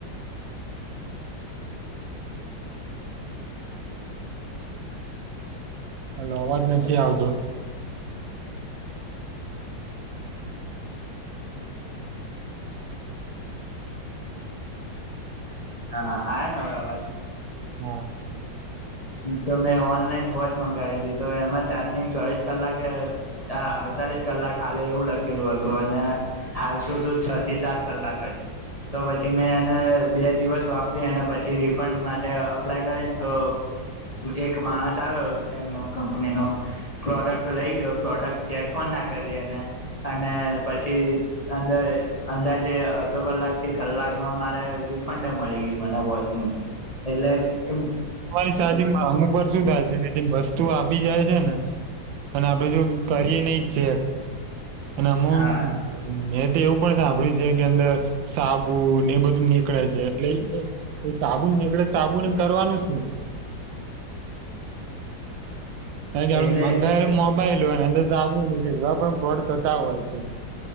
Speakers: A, on the right; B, on the left.
A: હલો અવાજ નથી આવતો
B: હા આને હવે અવાજ?
A: હા
B: તો મેં ઓનલાઈન વોચ મંગાવી હતી તો એમાં ચાર્જિંગ ચોવીસ કલાકે અડતાલીસ કલાક હાલે એવું લખેલું હતું અને હાલ તું તું છ થી સાત કલાક જ તો પછી મેં એને બે દિવસ વાપરી અને પછી રિફંડ માટે અપ્લાય કરીને, તો એક માણસ આવ્યો એમનો કંપનીનો પ્રોડક્ટ લઈ ગયો પ્રોડક્ટ ચેક પણ ના કરી અનેને અને પછી અંદર અંદાજે અડધો કલાક થી કલાકમાં મારે રિફંડ મળી ગયું, મને વોચનું એટલે એ
A: સા અમુક પર શું થ કે મસ તું આપી જાય છે, ને અને આપડે જો કરીએ નહ ચેક એ ના હું
B: હા
A: એવું પણ સાંભળ્યું છે કે અંદર સાબુ ને બધું નીકળે છે, એટલે સાબુ નીકળે સાબુન કરવાનું છું? તે જાણીને
B: એટલે
A: બંગાયરે મોબાઈલ લોટના અંદર સાબુ ન કે એવા પણ બોડ થતા હોય છે